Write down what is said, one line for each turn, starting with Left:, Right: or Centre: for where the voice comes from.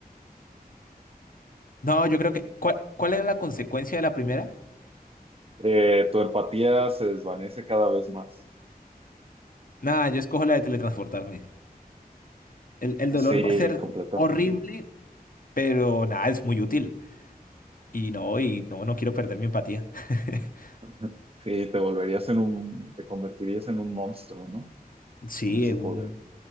Left: No, yo creo que. ¿Cuál, cuál era la consecuencia de la primera?
Right: Eh, tu empatía se desvanece cada vez más.
Left: Nada, yo escojo la de teletransportarme. El, el dolor
Right: Sí,
Left: va a ser
Right: completamente.
Left: horrible, pero nada, es muy útil. Y no, y no, no quiero perder mi empatía. <laughs>
Right: <laughs> Sí, te volverías en un, te convertirías en un monstruo, ¿no?
Left: Sí,
Right: Con ese
Left: un
Right: poder.